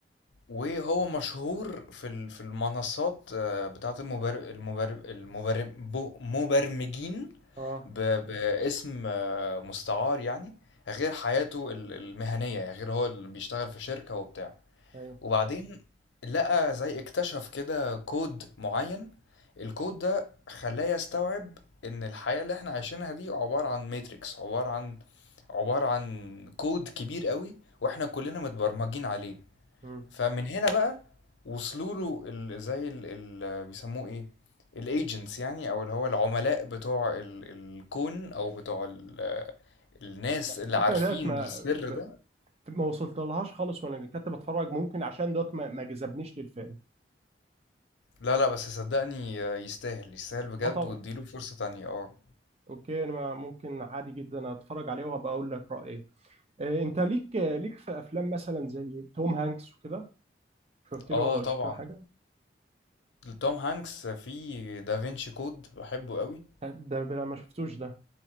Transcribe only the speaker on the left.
وهو مشهور في ال- في المنصات آه، بتاعت المبر المبر المبر بو- مبرمجين
ب... باسم آه، مستعار يعني غير حياته ال- المهنية يعني غير هو اللي بيشتغل في شركة وبتاع
وبعدين لقى زي اكتشف كده كود معين الكود ده خلاه يستوعب ان الحياة اللي احنا عايشينها دي عبارة عن ماتريكس عبارة عن عبارة عن كود كبير قوي واحنا كلنا متبرمجين عليه
فمن هنا بقى وصلوا له ال- زي ال ال بيسموه ايه الايجنتس يعني او اللي هو العملاء بتوع ال الكون او بتوع ال الناس
اللي عارفين
السر
ده
لا لا بس صدقني آه، يستاهل يستاهل بجد
واديله فرصة تانية اه
اه
طبعا
توم هانكس في دافينشي كود بحبه قوي